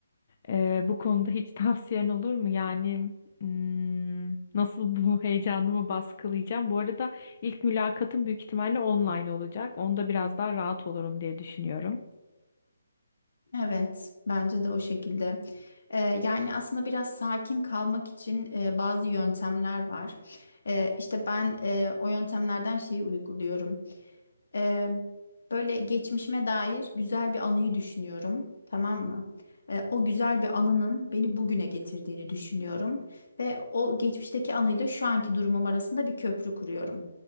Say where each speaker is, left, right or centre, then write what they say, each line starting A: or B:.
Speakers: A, on the left (about 30°); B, on the left (about 75°).
A: Ee, bu konuda hiç <laughs> tavsiyen olur mu? Yani hmm, nasıl bu heyecanımı baskılayacağım? Bu arada ilk mülakatım büyük ihtimalle online olacak. Onda biraz daha rahat olurum diye düşünüyorum.
B: Evet, bence de o şekilde. Ee, yani aslında biraz sakin kalmak için e, bazı yöntemler var. Ee, işte ben e, o yöntemlerden şeyi uyguluyorum. Ee, böyle geçmişime dair güzel bir anıyı düşünüyorum, tamam mı? Ee, o güzel bir anının beni bugüne getirdiğini düşünüyorum ve o geçmişteki anıyla şu anki durumum arasında bir köprü kuruyorum.